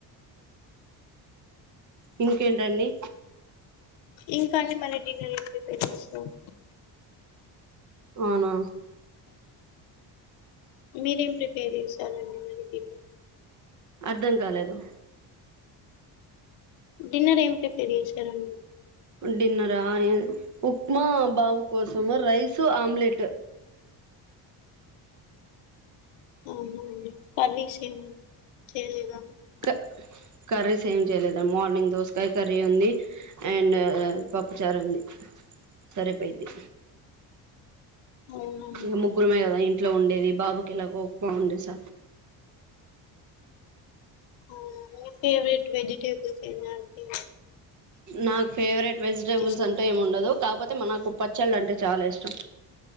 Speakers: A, on the right (about 40°); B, on the left (about 80°).
A: ఇంకేంటండి
B: ఇంకా అండి మళీ డిన్నర్ ఏం డిన్నర్ ఏం ప్రిపేర్ చేసి నార్
A: అవున
B: మీరేం ప్రిపేర్ చేశారండి మరి డిన్నర్
A: అర్ధం కాలేదు
B: డిన్నర్ ఏం ప్రిపేర్ చేశారండి
A: డిన్నరా ఉప్మా బాబు కోసం రైస్ ఆమ్లెట్
B: అ అవున కర్రీస్ ఏమి చేయలేదా అవునండి
A: క కర్రీస్ ఏం చేయలేదు మార్నింగ్ దోసకాయ కర్రీ ఉంది అండ్ పప్పుచారు ఉంది సరిపోయిది
B: అవునా
A: ఏ ముగ్గురు మే కదా ఇంటి ఇంట్లో ఉండేది బాబుకి ఎలాగో ఉప్మా వండేస
B: ఆ మీ ఫేవరెట్ వెజిటేబుల్స్ ఏమి అంటీ
A: నాకు ఫేవరెట్ వెజిటబుల్స్
B: ఇష్టమా
A: అంటే ఏమి ఉండదు కాకపోతే మనకు పచ్చళ్ళు అంటే చాలా ఇష్టం